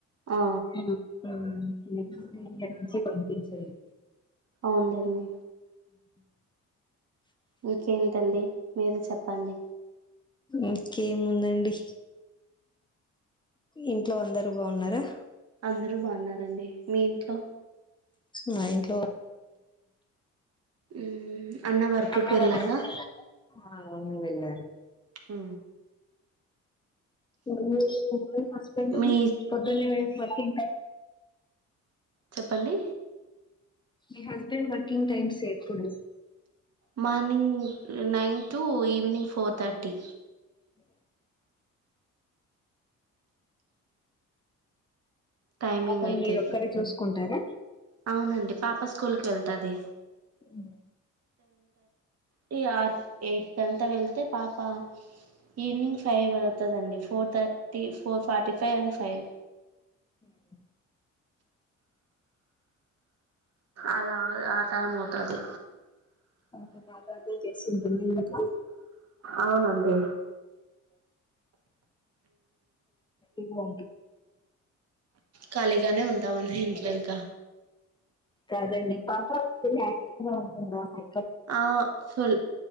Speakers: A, on the right; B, on the left.
A: ఆ
B: మ్మ్ హ్మ్ నెక్స్ట్ ఇయర్ నుంచి పంపించండి
A: అవునులేండి ఇంకేంటండి మీరే చెప్పండి
B: ఇకేముందండి ఇంట్లో అందరు బాన్నారా
A: అందరూ బాగున్నారండి మీ ఇంట్లో
B: మాయింట్
A: మ్ వర్క్కి
B: అన్న
A: వెళ్ళారా
B: వర్క్ కెల్లల ఆ అ వరిరు
A: హ
B: మ మమ్ హస్బెండ్
A: మీ
B: పొద్ని పటి
A: చెప్పండి
B: మీ హస్బెండ్ వర్కింగ్ టైమ్స్ ఎప్పుడు
A: morning nine to evening four థటీ
B: అ
A: టైమింగ్
B: పాపలను
A: అయితే
B: మీరు ఒక్కరే చూసుకుంటారా
A: అవునండి పాప స్కూల్ కి వెళ్తాది
B: ఉ
A: టె ఆర్ ఎయిట్ టె అంత వెళ్తే పాప ఈవినింగ్ ఫైవ్ అవుతుందండి four thirty four forty five and five
B: హమ్
A: అలా ఆ టైం అవుతుంది
B: పాప బాగా అల్లరి చేస్తుంటుందా ఇంట్లో
A: అవునండి
B: ఇగో
A: కాలేజ్ ఎల్లగల్గుతావ దీంట్లో ఇంకా
B: కాదండీ అప్పటి వరకు ఫుల్ ఆక్టివ్ గా ఉంటుందండి
A: ఆ ఫుల్